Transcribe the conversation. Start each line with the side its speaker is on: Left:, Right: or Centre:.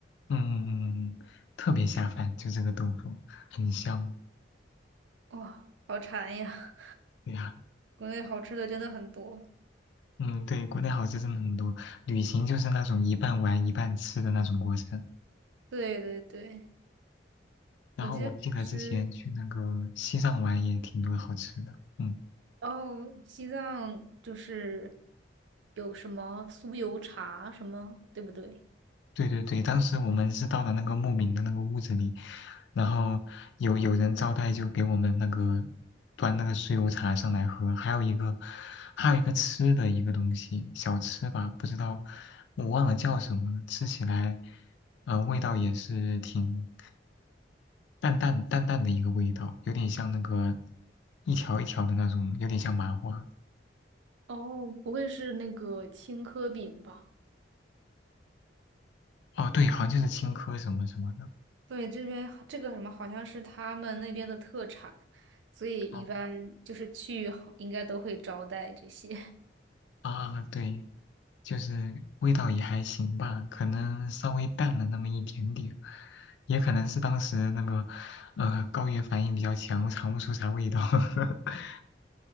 Left: 嗯嗯嗯，嗯特别下饭，就这个豆腐很香。
Right: 哇，好馋呀！
Left: 对呀、
Right: <laughs> 国内好吃的真的很多，
Left: 嗯，对，国内好吃真的很多，旅行就是那种一半玩一半吃的那种过程。
Right: 对对对。
Left: 然后我记得之前去那个西藏玩也挺多好吃的，
Right: 我记得当时
Left: 嗯，
Right: 哦，西藏就是有什么酥油茶什么，对不对？
Left: 对对对，当时我们是到了那个牧民的那个屋子里，然后有有人招待就给我们那个端那个酥油茶上来喝，还有一个还有一个吃的一个东西小吃吧，不知道我忘了叫什么了，吃起来呃味道也是挺淡淡淡淡的一个味道，有点像那个一条一条的那种，有点像麻花，
Right: 哦，不会是那个青稞饼吧？
Left: 哦，对，好像就是青稞什么什么的。
Right: 对，这边好这个什么好像是他们那边的特产，所以一般就是去好应该都会招待这些，
Left: 嗯啊，对，就是味道也还行吧，可能稍微淡了那么一点点，也可能是当时那个呃高原反应比较强，我尝不出啥味道。<laughs>